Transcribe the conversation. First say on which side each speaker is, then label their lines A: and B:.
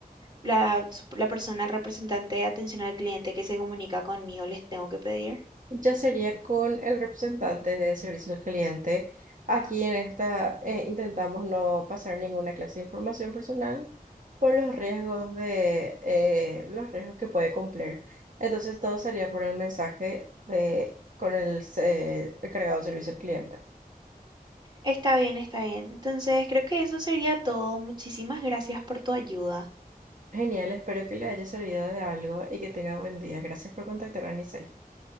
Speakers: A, on the right; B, on the right.
A: la, sup- la persona, el representante de atención al cliente que se comunica conmigo, les tengo que pedir?
B: Ya sería con el representante de servicio al cliente. Aquí en esta eh, intentamos no pasar ninguna clase de información personal por los riesgos de eh, los riesgos que puede cumplir. Entonces todo sería por el mensaje de con el eh, encargado de servicio al cliente.
A: Está bien, está bien. Entonces, creo que eso sería todo. Muchísimas gracias por tu ayuda.
B: Genial, espero que le haya servido de algo y que tenga buen día. Gracias por contactar a Nisei.